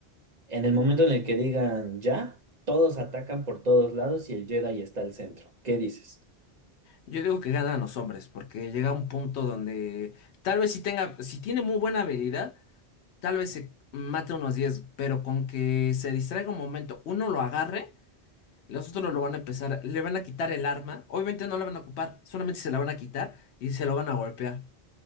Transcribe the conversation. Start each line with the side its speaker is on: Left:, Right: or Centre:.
Right: En el momento en el que digan ya, todos atacan por todos lados y el Jedi está al centro. ¿Qué dices?
Left: Yo digo que ganan los hombres, porque llega un punto donde tal vez si tenga, si tiene muy buena habilidad, tal vez se mate unos diez pero con que se distraiga un momento, uno lo agarre, los otros lo van a empezar, le van a quitar el arma, obviamente no la van a ocupar, solamente se la van a quitar y se lo van a golpear.